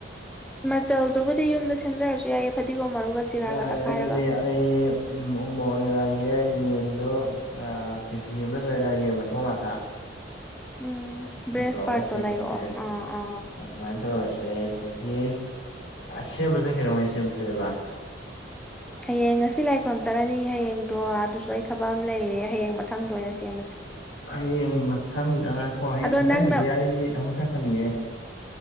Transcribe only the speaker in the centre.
ꯃꯆꯜꯗꯨꯕꯨꯗꯤ ꯌꯨꯝꯗ ꯁꯦꯝꯖꯔꯁꯨ ꯌꯥꯏꯌꯦ ꯐꯗꯤꯒꯣꯝ ꯃꯔꯨꯒ ꯖꯤꯔꯥꯒ
ꯇꯛꯈꯥꯏꯔꯒ
ꯎꯝ
ꯕ꯭ꯔꯦꯁ
ꯄꯥꯔꯠꯇꯣ
ꯂꯩꯔꯛꯑꯣ ꯑꯥ ꯑꯥ
ꯍꯌꯦꯡ ꯉꯁꯤ ꯂꯥꯏ ꯈꯨ꯭ꯔꯔꯝ ꯆꯠꯂꯅꯤ ꯍꯌꯦꯡꯗꯣ ꯑꯗꯨꯁꯨ ꯑꯩ ꯊꯕꯛ ꯑꯃ ꯂꯩꯔꯦ ꯍꯌꯦꯡ ꯃꯊꯪꯗꯣ ꯑꯣꯏꯅ ꯁꯦꯝꯃꯁꯦ
ꯑꯗꯣ
ꯅꯪꯅ